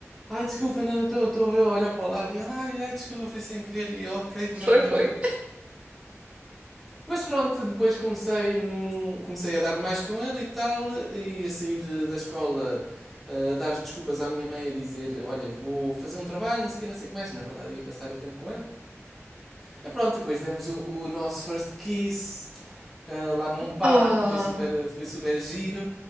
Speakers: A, in the centre; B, on the right.
A: ai, desculpa, não, estou estou a ver- a olhar para o lado. E ela, ai, ai, desculpa, foi sem querer. E eu, ok, pronto,
B: Foi,
A: está
B: foi.
A: Mas pronto, depois comecei, hum, comecei a dar mais com ele e tal, e a sair eh, da escola, ah, a dar desculpas à minha mãe, a dizer: Olha, vou fazer um trabalho, não sei o que, não sei o que mais. E, na verdade, ia passar o tempo com ele. E pronto, depois demos o, o nosso first kiss ah, lá num parque,
B: Ah,
A: foi super, foi super giro.